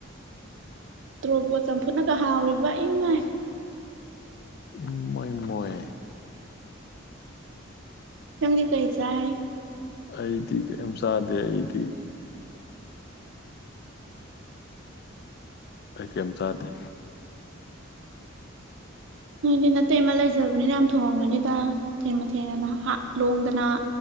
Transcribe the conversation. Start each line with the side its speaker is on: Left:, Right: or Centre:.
Right: ꯇ꯭ꯨꯔꯣꯕꯣꯠ ꯆꯝꯐꯨꯠꯅꯒ ꯍꯥꯎꯔꯤꯕ ꯏꯃꯥꯏ
Left: ꯏꯃꯥꯏ ꯃꯣꯏ
Right: ꯅꯪꯗꯤ ꯀꯔꯤ ꯆꯥꯏ
Left: ꯑꯩꯗꯤ ꯀꯩꯝ ꯆꯥꯗꯦ ꯑꯩꯗꯤ ꯑꯩ ꯀꯔꯥꯝ ꯆꯥꯗꯦ
Right: ꯅꯣꯏꯗꯤ ꯅꯇꯩꯃꯥ ꯂꯩꯖꯕꯅꯤꯅ ꯌꯥꯝ ꯊꯣꯡꯉꯝꯒꯅꯤꯗ ꯊꯦꯡ ꯃꯊꯦꯡꯒꯥꯗꫭ ꯍꯥꯞ ꯂꯣꯡꯗꯅ